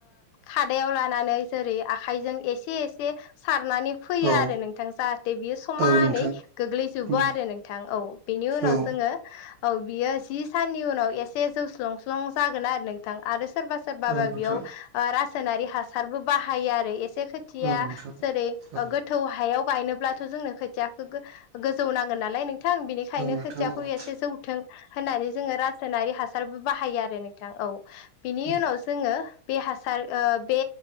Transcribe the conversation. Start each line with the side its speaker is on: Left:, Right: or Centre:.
Left: खादायाव लानानै जेरै आखाइजों एसे एसे खारनानै फैयो
Right: औ
Left: आरो नोंथां जाहाथे बियो समानै
Right: औ नोंथां
Left: गोग्लैजोबो
Right: उम
Left: आरो नोंथां औ बेनि उनाव
Right: औ
Left: जोङो औ बियो जि साननि उनाव एसे जौस्लंस्लं जागोन आरो नोंथां आरो सोरबा सोरब बा
Right: औ नोंथां
Left: बेयाव रासायनारि हासारबो बाहायो आरो। खसे खोथिया
Right: औ नोंथां
Left: जेरै
Right: औ
Left: गोथौ हायाव बायनोब्लाथ' जोंनो खोथियाखौ गोजौ नांगोन नालाय नों थां बिनिखायनो
Right: औ नोंथां
Left: खोथियाखौ
Right: औ
Left: एसे जौथों होननानै जोङो रासायनारि हासारबो बाहायो आरो नोंथां औ बिनि
Right: औ
Left: उनाव जोङो बे हासार बे